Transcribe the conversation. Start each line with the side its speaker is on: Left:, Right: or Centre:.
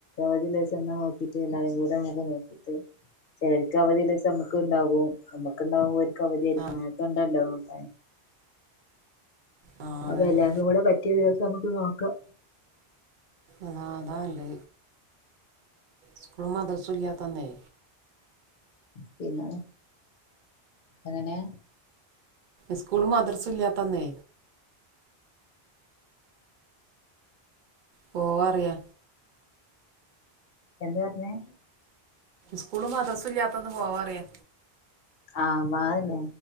Left: ചതിേ ചാ നോക്കിട്ട് എല്ലാരും കൂടക്കെ നോക്കിട്ട് ചിലർക്ക് അവധില്ല നമ്മുക്ക് ഉണ്ടാാവും നമ്മുക്ക്ുണ്ടാാവും അവധായിരിക്കും
Right: ആ
Left: അക്കണ്ടല്ലോ നക്ക
Right: ആ
Left: അപ്പൊ
Right: അതന്നെ
Left: എല്ലാർക്കും കൂടെ പറ്റിയ ദിവസം നമക്ക് നോക്കാം
Right: അതതാ ഉണ്ട് സ്കൂള മാ ദസൂലയാത്തന്നെയ
Left: പിന്നെ എങ്ങനെ
Right: സ്കൂള് മദർസ ഇല്ലാത്ത തന്നെ പോവറിയ
Left: എന്ത് പറഞ്ഞേ
Right: സ്കൂള് മദ്രാസ ഇല്ലാത്ത ഒന്ന് പോവാ അറിയാ
Left: ആ്തിന്നെ